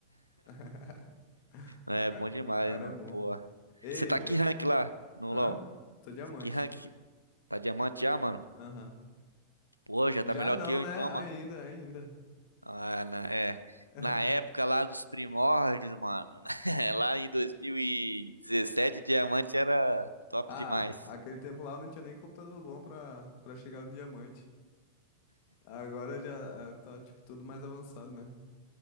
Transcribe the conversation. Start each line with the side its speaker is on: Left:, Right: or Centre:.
Left: <laughs>
Right: É,
Left: O cara,
Right: bom demais,
Left: o cara
Right: mano.
Left: é bom.
Right: Pô.
Left: Ei,
Right: Você tá que
Left: eh,
Right: rank lá no
Left: hã?
Right: LoL?
Left: Tô diamante.
Right: Que rank? Tá diamante já, mano?
Left: Aham.
Right: Pô, já
Left: Já
Right: tá melhor
Left: não,
Right: que eu
Left: né?
Right: então,
Left: Ainda,
Right: mano.
Left: ainda.
Right: Ah, na, é.
Left: <laughs>
Right: Na época lá dos primórdios, mano. <laughs> Lá em 2017, diamante era top
Left: Ah,
Right: demais.
Left: aquele tempo lá eu não tinha nem computador bom pra, pra chegar no diamante. Agora já ah, tá, tipo, tudo mais avançado, né?